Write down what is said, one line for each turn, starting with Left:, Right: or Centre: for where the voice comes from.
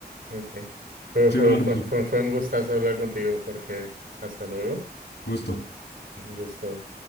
Right: Ok. Fue,
Left: Chido,
Right: fue,
Left: Arnold.
Right: fue, fue, fue un gustazo hablar contigo, Jorge. Hasta luego.
Left: Gusto.
Right: Un gusto.